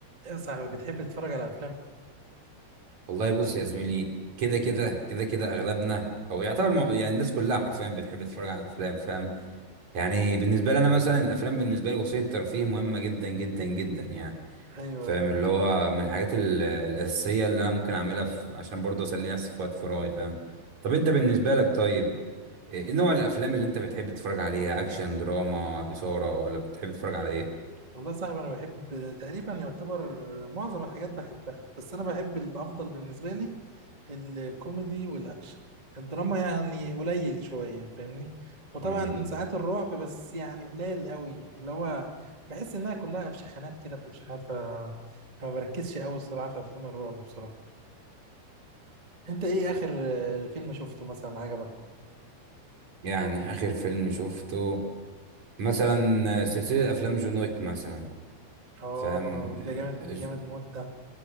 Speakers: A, on the right; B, on the right.
A: يا صاحبي بتحب تتفرج على افلام
B: والله بص يا زميلي كده كده كده كده اغلبنا او يعتبر م- يعني الناس كلها حرفيا بتحب تتفرج على افلام فاهم يعني بالنسبه لي انا مثلا الافلام بالنسبه لي وسيله ترفيه مهمه جدا جدا جدا يعني
A: ايوه
B: فاهم
A: ايوه
B: اللي هو من الحاجات ال- الاساسيه اللي انا ممكن اعملها في عشان برضه اسلي نفسي في وقت فراغي فاهم طب انت بالنسبه لك طيب ايه إيه نوع الافلام اللي انت بتحب تتفرج عليها اكشن دراما اثاره ولا بتحب تتفرج على ايه
A: والله يا صاحبي انا بحب تقريبا يعتبر معظم الحاجات بحبها بس انا بحب الافضل بالنسبه لي الكوميدي والاكشن الدراما يعني قليل شويه فاهمني وطبعا
B: مم.
A: ساعات الرعب بس يعني قليل قوي اللي هو بحس انها كلها فشخانات كده فشخانات ف ما بركزش قوي الصراحه في افلام الرعب بصراحه انت ايه اخر آه، فيلم شفته مثلا عجبك
B: يعني اخر فيلم شفته مثلا سلسله افلام جون ويك مثلا
A: اه
B: فاهم
A: ده جامد
B: ج-
A: جامد مده